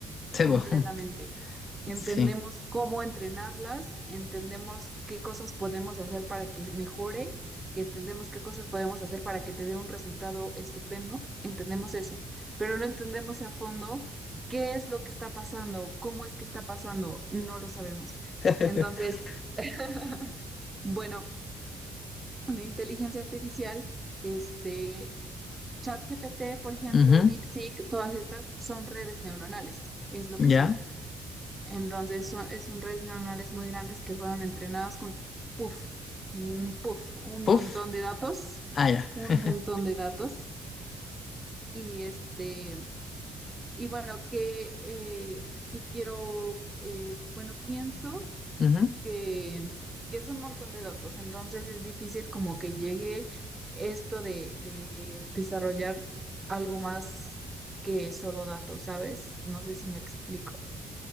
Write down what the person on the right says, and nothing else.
completamente.
Entendemos
cómo entrenarlas, entendemos qué cosas podemos hacer para que mejore, entendemos qué cosas podemos hacer para que te dé un resultado estupendo, entendemos eso, pero no entendemos a fondo qué es lo que está pasando, cómo es que está pasando, no lo sabemos.
Entonces, <laughs> bueno la inteligencia artificial, este, ChatGPT, por ejemplo,
DeepSeek, todas estas son redes neuronales, es lo
que son. Entonces, son, es- son redes neuronales muy grandes que fueron entrenadas con, puff, mm, puff, un montón
de datos,
un
montón de datos. Y este, y bueno, que, eh, que quiero, eh, bueno, pienso.
que, que es un montón de datos, entonces es difícil como que llegue esto de, de desarrollar algo más que solo datos, ¿sabes? No sé si me explico.